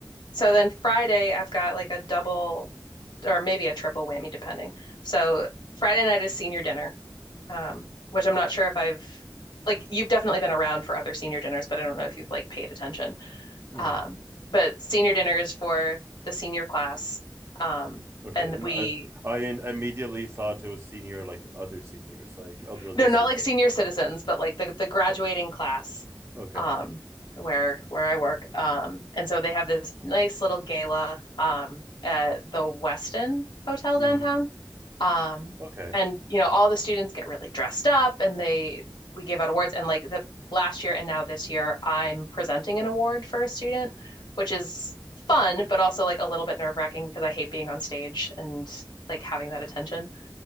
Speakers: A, on the left (about 75°); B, on the right (about 35°).
A: So then Friday, I've got like a double or maybe a triple whammy, depending. So Friday night is senior dinner, um, which I'm not sure if I've like you've definitely been around for other senior dinners, but I don't know if you've like paid attention.
B: Hmm.
A: Um, but senior dinner is for the senior class. Um,
B: Okay,
A: and
B: and
A: we
B: I I in- immediately thought it was senior, like other seniors, like elderly
A: no,
B: seniors.
A: not like senior citizens, but like the the graduating class,
B: Okay.
A: um, where where I work. Um, and so they have this nice little gala, um, at the Westin Hotel
B: Mm,
A: downtown. Um,
B: okay.
A: and you know, all the students get really dressed up, and they we give out awards. And like the last year and now this year, I'm presenting an award for a student, which is fun, but also like a little bit nerve-wracking because I hate being on stage and like having that attention.